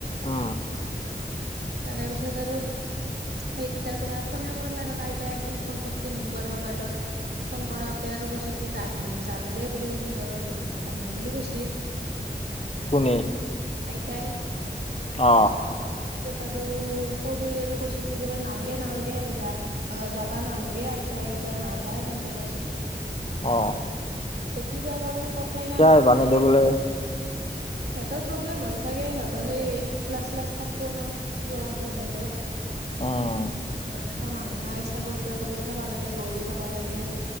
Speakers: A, on the left; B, on the right.
A: অ
B: তাৰপিছত আৰু সেইটো তাৰ পৰা আৰু ফোনে কৰা নাই আইতাই একদিন ফোন কৰছি মুনুবাৰ মোবাইলত ফোন কৰাওতে কৈছে কি আহিম যাম দেই বুলি কৈছিল গৰম বন্ধত আহিম বুলি কৈছে
A: কোনে
B: আইতাই
A: অ
B: তাত আৰু সৰুৱে আৰু কৈছে কি বোলে নালগে নালগে আহিবা অ যাবা নালগে আইতা এতিয়া নাযায় সেনকে কৈছে
A: অ
B: এ কিবা কৰে পঠায় না
A: কিয়
B: নপঠায়ে
A: বানে দেবোলে
B: সিহঁতৰ প্ৰব্লেম হৈ চাগে সিহঁতৰ সেই ক্লাছ চিলাছ থাকব না গৰম বন্ধতো
A: উম
B: ঘৰত থকা মানুহ নাই ছাগলী তাগলী চাব লাগে গৰু চাব লাগে